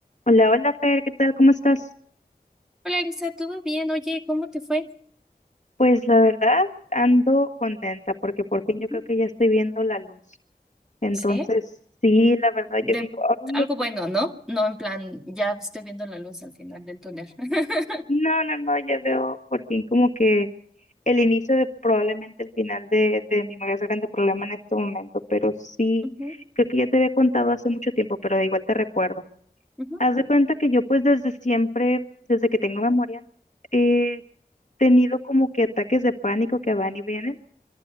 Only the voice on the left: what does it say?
Hola, hola Fer, ¿qué tal? ¿Cómo estás?
Pues la verdad ando contenta porque por fin
yo creo que ya estoy viendo la luz. Entonces,
sí, la verdad
yo digo, "Ay,
por-
no, no, no, ya veo por fin como que el inicio de probablemente el final de, de mi más grande problema en este momento, pero sí,
creo que ya te había contado hace mucho tiempo, pero de igual te recuerdo.
Haz de cuenta que yo pues desde siempre, desde que tengo memoria, he tenido como que ataques de pánico que van y vienen.